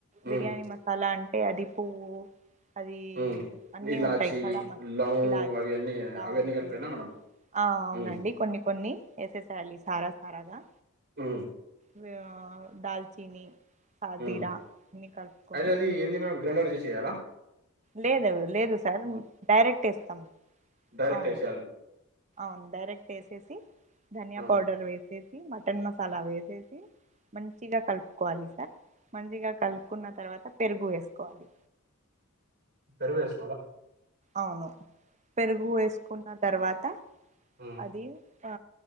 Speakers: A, on the right; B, on the right.
A: హ్మ్.
B: బిర్యానీ మసాలా అంటే అది పువ్వు అది
A: ఊ
B: అన్నీ
A: ఇలాచి
B: ఉంటాయి కడా మ
A: లవుంగ్
B: ఇలాచి
A: అవి అన్నీ
B: లవంగు
A: అవన్నీ కలిపేనా మేడం
B: ఆ అవునండి
A: హ్మ్.
B: కొన్ని కొన్ని ఏసేసేయాలి సారా సారాగా
A: ఊ
B: ఊ దాల్చీని సాజీరా
A: ఊ
B: అన్ని కలుపుకొని
A: అయితే అది ఏంది మేడం గ్రైండర్ చేసి ఎయ్యాలా
B: లేదు లేదు సార్ డైరెక్ట్ ఏస్తాం
A: డైరెక్ట్
B: అవును
A: ఏసేయాలి.
B: అం డైరెక్ట్ ఏసేసి ధనియా
A: ఆ!
B: పౌడర్ వేసేసి మటన్ మసాలా వేసేసి మంచిగా కలుపుకోవాలి సార్ మంచిగా కలుపుకున్న తర్వాత పెరుగు వేసుకోవాలి
A: పెరు వేస్
B: అవును పెరుగు వేసుకున్న తర్వాత
A: ఊ
B: అది ఆ